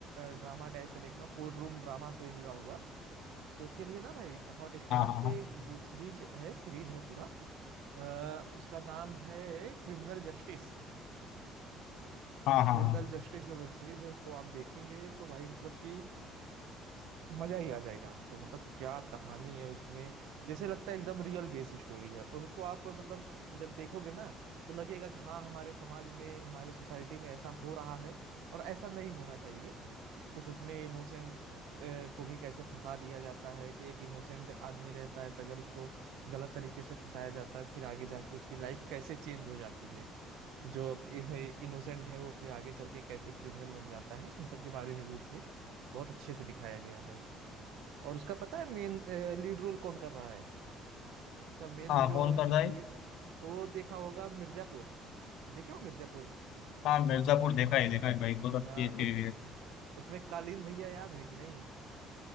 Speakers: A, on the right; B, on the left.
A: ड्रामा टाइप का देखना कोर्ट रूम ड्रामा से जुड़ा हुआ तो उसके लिए ना भाई हॉट स्टार
B: हाँ हाँ
A: पे एक वेब सीरीज है सीरीज है पूरा अ, उसका नाम है क्रिमिनल जस्टिस
B: हाँ हाँ
A: क्रिमिनल
B: हाँ
A: जस्टिस जो वेब सीरीज है उसको आप देखेंगे तो भाई मतलब कि मजा ही आ जाएगा आपको मतलब क्या कहानी है उसमें जैसे लगता है एकदम रियल बेस स्टोरी है और उसको आप मतलब जब देखोगे ना तो लगेगा कि हाँ हमारे समाज में हमारे सोसाइटी में ऐसा हो रहा है और ऐसा नहीं होना चाहिए कुछ उसमें इनोसेंट को भी कैसे फंसा दिया जाता है कि एक इनोसेंट आदमी रहता है तो अगर उसको गलत तरीके से फंसाया जाता है फिर आगे जाके उसकी लाइफ कैसे चेंज हो जाती है जो इनोसेंट है वो फिर आगे चल के कैसे क्रिमिनल बन जाता है इन सब के बारे में भी उसमें बहुत अच्छे से दिखाया गया है और उसका पता है मेन लीड रोल कौन कर रहा है उसका मेन
B: हाँ हाँ
A: जो
B: कौन
A: lead-
B: कर रहा है
A: वो देखा होगा मिर्जापुर देखे हो मिर्जापुर
B: हाँ मिर्जापुर देखा है देखा है भाई बहुत
A: आ,
B: अच्छी
A: उस
B: थी
A: उसमें कालीन भैया याद है कि नहीं